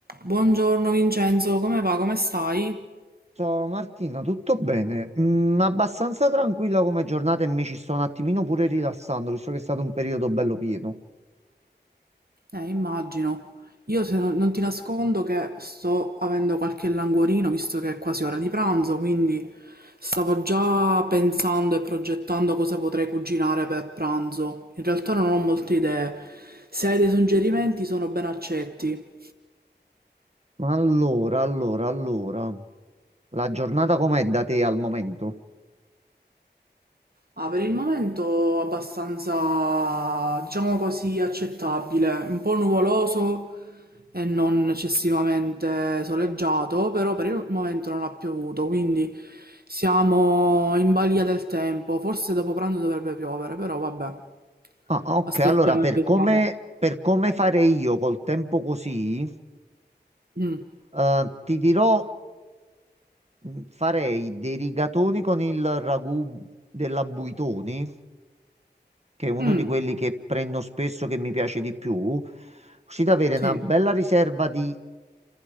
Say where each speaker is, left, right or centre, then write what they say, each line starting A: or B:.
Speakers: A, on the right; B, on the right.
A: Buongiorno Vincenzo, come va? Come stai?
B: Ciao Martina, tutto bene? Mm, abbastanza tranquilla come giornata e mi ci sto un attimino pure rilassando, visto che è stato un periodo bello pieno.
A: Eh, immagino. Io se no- non ti nascondo che sto avendo qualche languorino, visto che è quasi ora di pranzo, quindi stavo già pensando e progettando cosa potrei cucinare per pranzo. In realtà non ho molte idee. Se hai dei suggerimenti sono ben accetti.
B: Ma Allora, allora, allora, la giornata com'è da te al momento?
A: Ah, per il momento abbastanza, diciamo così, accettabile, un po' nuvoloso e non eccessivamente soleggiato, però per il momento non ha piovuto, quindi siamo in balia del tempo, forse dopo pranzo dovrebbe piovere, però vabbè,
B: Ah, ok,
A: aspettiamo
B: allora, per
A: e vediamo.
B: come, per come farei io col tempo così,
A: Mm.
B: eh, ti dirò, mm, farei dei rigatoni con il ragù della Buitoni, che è uno
A: Mm,
B: di quelli che prendo spesso che mi piace di più, così da avere una
A: sì,
B: bella riserva di